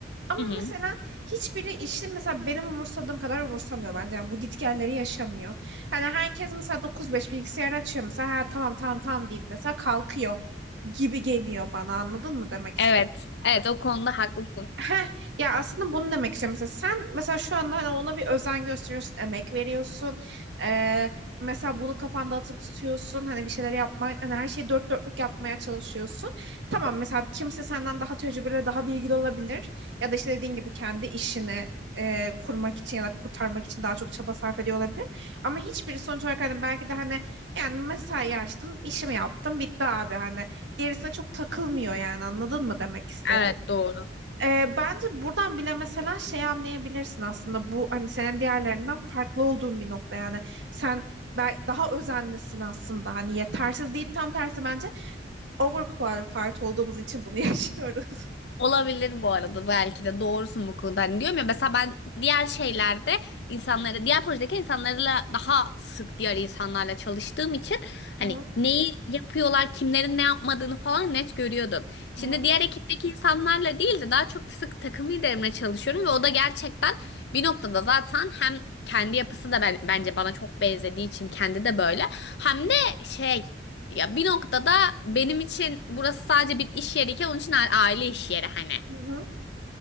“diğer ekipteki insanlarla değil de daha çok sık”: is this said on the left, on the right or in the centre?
Left